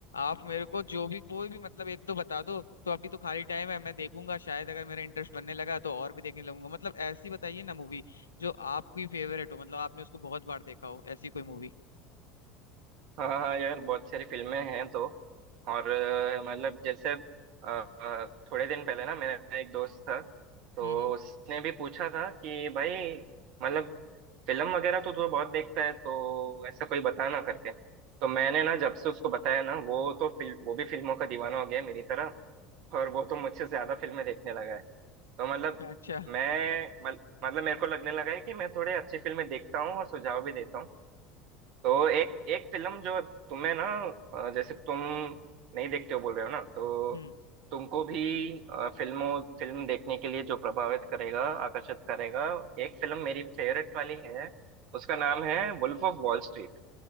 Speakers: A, on the left; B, on the right.
A: आप मेरे को जो भी कोई भी मतलब एक दो बता दो तो अभी तो खाली टाइम है मैं देखूंगा शायद अगर मेरा इंटरेस्ट बनने लगा तो और भी देखने लगूंगा मतलब ऐसी बताइए ना मूवी जो आपकी फेवरेट हो मतलब आपने उसको बहुत बार देखा हो ऐसी कोई मूवी
B: हाँ हाँ यार बहुत सारी फिल्में हैं तो और अ, मतलब जैसे अ, अ, थोड़े दिन पहले ना मेरा एक दोस्त था तो
A: हम्म हम्म,
B: उसने भी पूछा था कि भाई मतलब फिल्म वगैरह तो तू बहुत देखता है तो ऐसा कोई बता ना करके तो मैंने ना जब से उसको बताया ना वो तो फिल्म वो भी फिल्मों का दीवाना हो गया है मेरी तरह और वो तो मुझसे ज्यादा फिल्में देखने लगा है तो मतलब
A: अच्छा
B: मैं मल- मतलब मेरे को लगने लगा है कि मैं थोड़े अच्छी फिल्में देखता हूँ और सुझाव भी देता हूँ तो एक एक फिल्म जो तुम्हें ना अ, जैसे तुम नहीं देखते हो बोल रहे हो ना तो
A: हम्म
B: तुमको भी अ, फिल्मों फिल्म देखने के लिए जो प्रभावित करेगा आकर्षित करेगा एक फिल्म मेरी फेवरेट वाली है उसका नाम है वुल्फ ऑफ वॉल स्ट्रीट